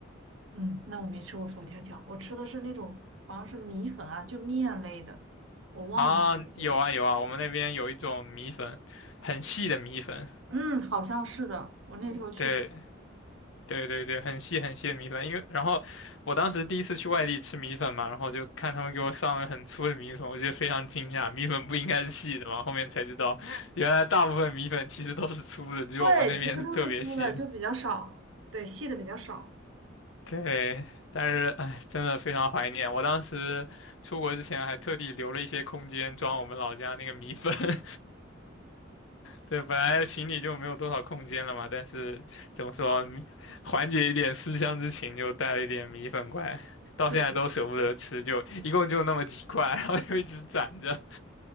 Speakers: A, on the right; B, on the left.
A: 嗯，那我没吃过佛跳墙，我吃的是那种好像是米粉啊，就面类的，我忘记了有点。
B: 啊。有啊有啊，我们那边有一种米粉，很细的米粉，
A: 嗯，好像是的，我那时候去吃，
B: 对，对对对，很细很细的米粉，因为然后我当时第一次去外地吃米粉嘛，然后就看他们给我上了很粗的米粉，我觉得非常惊讶，米粉不应该是细的嘛，后面才知道原来大部分米粉其实都是粗的，只有我们那边是特别细的。
A: 对，其实都是粗的，就比较少，对，细的比较少。
B: 对，但是哎，真的非常怀念，我当时出国之前还特地留了一些空间装我们老家那个米粉。<laughs> 对，本来行李就没有多少空间了嘛，但是怎么说，米缓解一点思乡之情，就带了一点米粉过来，到现在都舍不得吃，
A: 对，
B: 就一共就那么几块，然后就一直攒着。